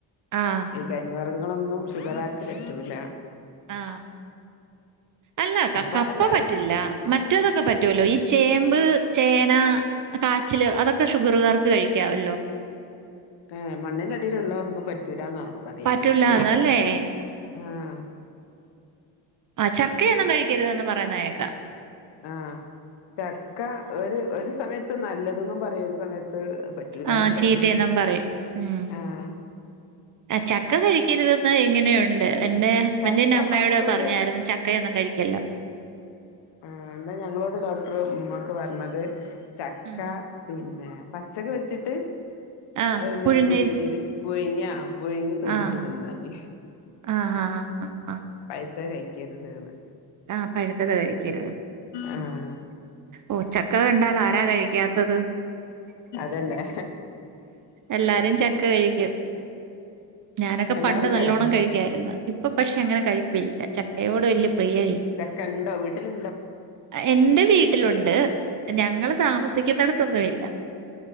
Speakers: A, on the right (about 45°); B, on the left (about 70°).
A: ആഹ്
B: കെഴങ് വർഗങ്ങളൊന്നും ഷുഖറാര്ക് പറ്റുല്ല
A: ആഹ് അല്ല
B: അപ്പൊ
A: കപ്പ
B: എല്ലാരും
A: പറ്റില്ല മ റ്റതൊക്കെ പറ്റുവല്ലോ ഈ ചേമ്പ് ചേന കാച്ചില് അതൊക്കെ ഷുഗറുകാർക്ക് കഴിക്കാവല്ലോ
B: ഏഹ് മണ്ണിനടിയിലുള്ള ഒന്നും പറ്റൂലാന്നാ പറയല്
A: പറ്റൂല്ലാന്നല്ലേ
B: ആഹ്
A: ആഹ് ചക്കയൊന്നും കഴിക്കരുതന്ന് പറയുന്നേക്കാം
B: ആഹ് ചക്ക ഒരു ഒരു സമയത്ത് നല്ലതുന്നും പറയാ ഒരു സമയത്ത് പറ്റൂലാന്നും
A: ആഹ് ചീത്തയെന്നും
B: പറയും
A: പറയും ഉം
B: ആഹ്
A: ആഹ് ചക്ക കഴിക്കരുതെന്ന് ഇങ്ങനെയുണ്ട് എന്റെറ സ്ബന്റിന്റെ
B: ചക്ക
A: അമ്മയോട്
B: പച്ചക്ക്
A: പറഞ്ഞായിരുന്നു ചക്കയൊന്നും കഴിക്കില്ലെന്ന്
B: ആഹ് എന്നാ ഞങ്ങളോട് ഡോക്ടർ ഉമ്മാക്ക് പറഞ്ഞത് ചക്ക
A: ഉം.
B: പിന്നെ പച്ചക്കെ വെച്ചിട്ട്
A: ആഹ്
B: അഹ് ര്
A: പുഴുങ്ങി
B: നേരെ രീതിയിയില് പുഴുങ്യാ പുഴുങ്ങി തൂമിച്ചു
A: ആഹ്
B: തിന്നാന്
A: ആഹ് ആഹ് ആഹ് ആഹ്
B: പഴുത്തെ കഴിക്കരുതെന്ന്
A: ആഹ് പഴുത്തത് കഴിക്കരുത്
B: ആഹ്
A: ഓഹ് ച്ചക്ക കണ്ടാൽ ആരാ കഴിക്കാത്തത്
B: തന്നെ
A: എല്ലാരും ചക്ക കഴിക്കും ഞാനൊക്കെ
B: എല്ലാരും
A: പണ്ട് നല്ലോണം കഴി ക്കാര്ന്ന് ഇപ്പൊ പക്ഷെ അങ്ങനെ കഴിപ്പില്ല ചക്കയോട് വല്ല്യ പ്രിയ
B: ചെക്കണ്ടോ വീട്ടില്
A: അ എന്റെ വീട്ടിലുണ്ട് ഞങ്ങൾ താമസിക്കുന്നടത്തൊന്നു ഇല്ല